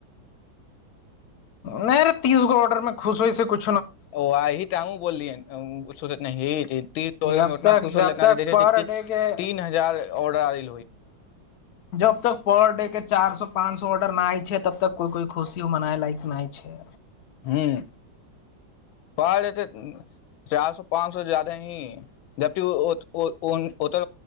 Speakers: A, on the left (about 60°); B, on the left (about 85°).
A: नहि रे तीसगो ऑर्डरमे खुश होय छै कुछु
B: <unintelligible>
A: जब तक जब तक पर डे के जब तक पर डे के चार सौ पाँच सौ ऑर्डर ना आइ छै तब तक कोई खुशीयो मनाए लायक नै छै।
B: हूंम्म पाइ लेतै चार सो पाँच सो से जादें ही जबति ओतऽ